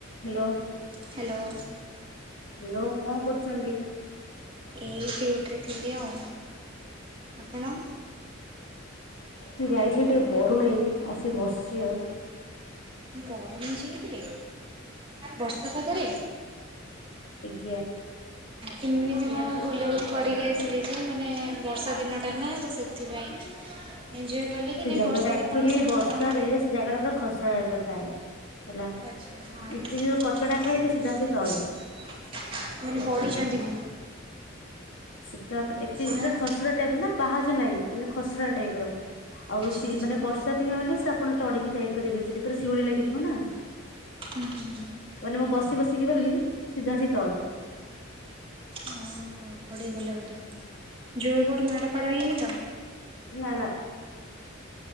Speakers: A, on the left; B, on the right.
A: ହ୍ୟାଲୋ
B: ହ୍ୟାଲୋ
A: ହ୍ୟାଲୋ କଣ କରୁଛନ୍ତି?
B: ଏଇ ଡୁୟୁଟିରେ ଥିଲି ଆଉ ଆପଣ
A: ମୁଁ ଯାଇଥିଲି ଟିକେ ବରୁଣେଇ ଆସିକି ବସିଛି ଆଉ
B: ବରୁଣେଇ ଯାଇଥିଲେ ବର୍ଷା ପାଗରେ
A: ଆଜ୍ଞ।
B: କେମିତି କଣ ବୁଲାବୁଲି କରିକି ଆସିଲି ଯେ ମାନେ ବର୍ଷା ଦିନଟା ନା ତ ସେଥିପାଇଁ ଏଞ୍ଜୟ କଲେ କି
A: ସେ
B: ନାଇଁ
A: ଜାଗା
B: ବର୍ଷା
A: ଟା ଆକଚୁଆଲି
B: ଆପଣଙ୍କ ସେପଟେ
A: ବର୍ଷାରେ
B: ହଉନ
A: ସେ ଜାଗା ଟା ପୁରା ଖସଡ଼ାଟା ଥାଏ। ହେଲା।
B: ଆଛା ହଁ।
A: ଏତେ ଯୋଉ କଚଡା ଖାଇଲି ସିଧା ସେ ତଳେ।
B: ମୁଁ କହିନି ପଢ଼ିଛନ୍ତି ବି।
A: ସେ ପୁରା ଏତେ
B: ଆଁ
A: ପୁରା ଖସରା ଟାଇପ ର ନା ପାହାଚ ନାହିଁ ମାନେ ଖସଡ଼ା ଟାଇପ ର। ଆଉ
B: ଆଚ୍ଛା
A: ସିଏ
B: ଆଚ୍ଛା।
A: ମାନେ ବର୍ଷା ଦିନ ହେଲେ ସାପ ଆପଣ ଚଢିକି ଯାଇପାରିବେ ସେଠି ପୁରା ଶିଉଳି ଲାଗିଥିବ ନା।
B: ହୁଁଁ।
A: କାଲି ମାନେ ମୁଁ ବସି ବସିକି ଗଲି ସିଧା ଆସିକି ତଳେ।
B: ଓ ହୋ ପଡ଼ିଗଲେ ବୋଧେ ଜୋରେ କୋଉଠି ମାଡ଼ ଫାଡ ହେଇନି ତ?
A: ନା ନା।